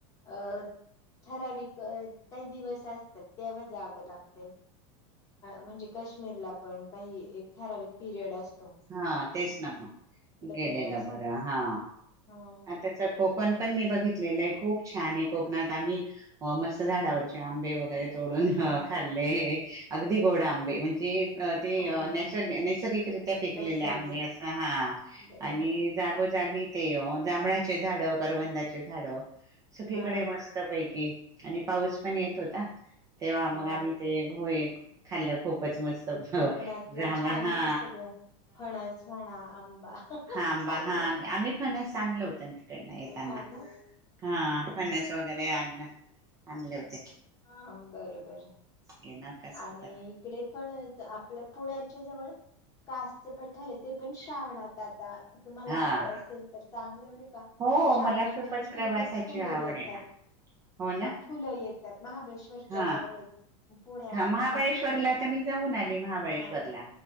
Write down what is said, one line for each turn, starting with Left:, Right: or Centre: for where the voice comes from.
Left: अ ठराविक काही दिवस असतात तेव्हा जावं लागतय म्हणजे आ काश्मीरला पण काही एक कॉल ठराविक पिरियड असतोय.
Right: हा तेच ना म गेलेलं
Left: बरं अशा
Right: बर हा
Left: हम्म
Right: आ त कोकण पण मी बघितलेलय. खप छान आहे कोकणात आम्ही मस्त झाड आवरचे आंबे वैगेरे. तोडून
Left: हा
Right: खाल्ले अगदी गोड आंबे म्हणजे- ते
Left: हा
Right: नैस- नैसर्गिक शिकलेल्या
Left: नैसर्गिक
Right: आम्ही अस हा
Left: बरोबर
Right: आणि जागोजागी जांभळाचे झाड करवंदाचे झाडं. सगळीकडे
Left: हा
Right: मस्त पैकी. आणि पाऊस पण येत होता. तेव्हा मग
Left: हा
Right: आम्ही ते हो एक- खाल्ला खूपच मस्त.
Left: कोकणातलं
Right: जांभळ
Left: छान
Right: हा
Left: आहे ते सगळं. फणस वणा आंबा
Right: हांंबा
Left: चांगलं
Right: हा आम्ही फनस आणल होतं तिकडन येताना
Left: हा ना
Right: हा फनस वगैरे आणलं आणले होते
Left: ह बरोबर
Right: हे ना कस
Left: आणि
Right: वगैरे
Left: इकडे पण आपल्या पुण्याच्या जवळ कास्य पठार आहे ते पण श्रावणात आता तुम्हाला
Right: हा
Left: आवड असेल तर चांगल्या व
Right: हो
Left: श्रावण
Right: मला
Left: महिन्यात
Right: खूपच
Left: तिथे
Right: प्रवासाची
Left: खूप फुलं
Right: आवड
Left: येतात
Right: आहे ना हो ना
Left: फुलं येत त्यात महाबळेश्वरच्या
Right: हा
Left: जवळ पुण्या आणि
Right: हा महाबळेश्वरला
Left: महाबळेश्वरच्या मध्ये
Right: तर मी जाऊन आली महाबळेश्वरला
Left: हा